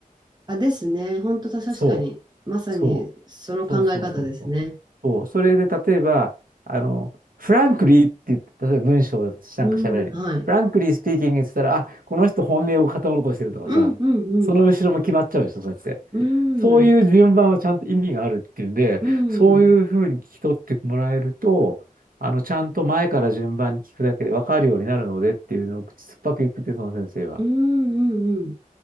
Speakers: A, on the right; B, on the right.
A: あ、ですね。本当だ、確かに。
B: そう。
A: まさにその考え方ですね。
B: そう。そうそうそうそう。そう。それで、例えば、あの、フランクリーって言って、例えば文章をなんか喋らない。
A: うん、はい。
B: フランクリースピーキングって言ったら、あ、この人本音を語ろうとしてるとかさ、
A: うんうんうん。
B: その後ろも決まっちゃうでしょ、そうやって。
A: うん
B: そういう順番はちゃんと意味があるっていうんで、
A: うん
B: そういうふうに聞き取ってもらえると、あの、ちゃんと前から順番に聞くだけで分かるようになるのでっていうのを口酸っぱく言ってて、その先生は。
A: うんうんうん